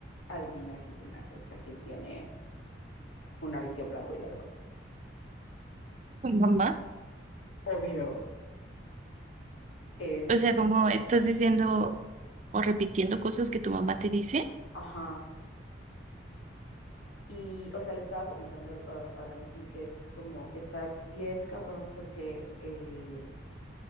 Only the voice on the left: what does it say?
adivina quién tiene, o sea, quién tiene una visión blanco y negro.
Obvio. Este,
ajá. Y, o sea, le estaba comentando a, a la Mendy que es como, está bien cabrón porque eh,